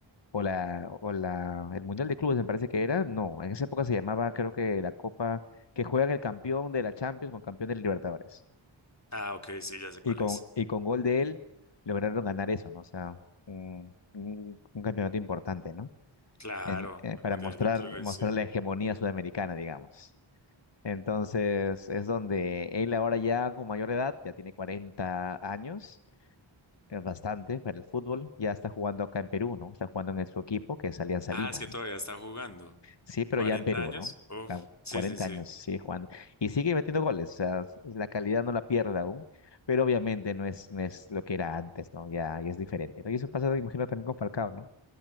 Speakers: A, on the left; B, on the left.
A: o la, o la, el Mundial de Clubes me parece que era, no, en esa época se llamaba creo que la Copa que juegan el campeón de la Champions con campeón del Libertadores.
B: Ah, ok, sí, ya sé
A: Y
B: cuál
A: con,
B: es.
A: y con gol de él lograron ganar eso, ¿no? O sea, un, un- un campeonato importante, ¿no?
B: Claro,
A: En- eh,
B: el
A: para
B: Mundial
A: mostrar,
B: de Clubes,
A: mostrar
B: sí.
A: la hegemonía sudamericana, digamos. Entonces, es donde él ahora ya con mayor edad, ya tiene 40 años, es bastante para el fútbol, ya está jugando acá en Perú, ¿no? Está jugando en su equipo, que es Alianza
B: Ah,
A: Lima,
B: es que
A: ¿no?
B: todavía está jugando.
A: Sí, pero
B: Cuarenta
A: ya en Perú,
B: años?
A: ¿no?
B: Uf,
A: A
B: sí,
A: 40
B: sí, sí.
A: años sigue jugando. Y sigue metiendo goles, o sea, s- la calidad no la pierde aún, pero obviamente no es, no es lo que era antes, ¿no? Ya, ya es diferente, ¿no? Y eso pasa, imagino, también con Falcao, ¿no?